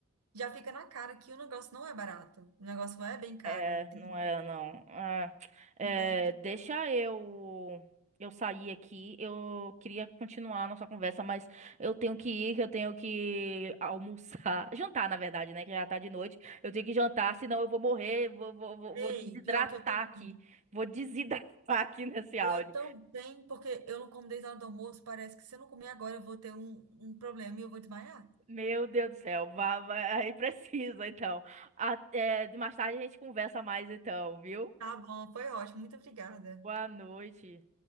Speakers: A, on the right (about 85°); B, on the right (about 30°).
A: já fica na cara que o negócio não é barato. O negócio não é bem caro,
B: É,
A: entende?
B: não era não. Ah, é,
A: Entende?
B: deixa eu eu sair aqui. Eu queria continuar a nossa conversa, mas eu tenho que ir, que eu tenho que almoçar, <laughs> jantar, na verdade, né? Que já tá de noite. Eu tenho que jantar, senão eu vou morrer, vou, vou, vou,
A: Ei,
B: vou desidratar
A: pior que eu também.
B: aqui. Vou desidratar <laughs> aqui nesse áudio.
A: Eu também, porque eu não como desde a hora do almoço, parece que se eu não comer agora eu vou ter um, um problema e eu vou desmaiar.
B: Meu Deus do céu, vá, vá, aí precisa, então. Até, mais tarde a gente conversa mais, então, viu?
A: Tá bom, foi ótimo. Muito obrigada.
B: Boa noite.